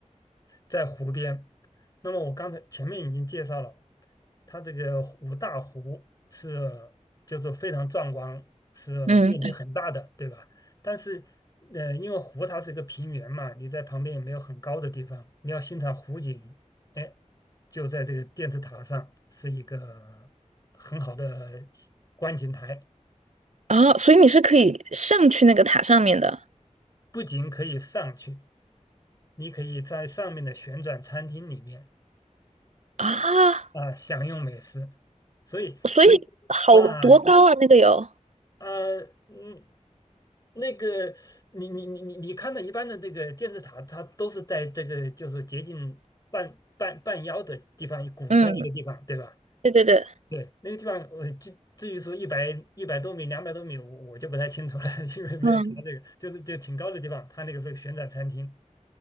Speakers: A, on the left (about 30°); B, on the right (about 65°).
A: 在湖边。那么我刚才前面已经介绍了，它这个五大湖是就是非常壮观，是面积很大的，
B: 嗯，
A: 对吧？但是，呃，因为湖它是一个平原嘛，你在旁边也没有很高的地方，你要欣赏湖景，哎，就在这个电视塔上是一个很好的观景台，
B: 啊，所以你是可以上去那个塔上面的
A: 不仅可以上去，你可以在上面的旋转餐厅里面。
B: 啊，
A: 啊，享用美食，所以你
B: 所以好多高啊，
A: 啊，你
B: 那个有，
A: 啊，嗯，那个，你你你你你看到一般的这个电视塔，它都是在这个就是接近半半半腰的地方鼓出来一个地方，
B: 嗯，
A: 对吧？
B: 对对对，
A: 对，那个地方我至至于说一百一百多米、两百多米，我我就不太清楚了，<laughs> 因为没有查这个，
B: 嗯，
A: 就是就挺高的地方，它那个是个旋转餐厅，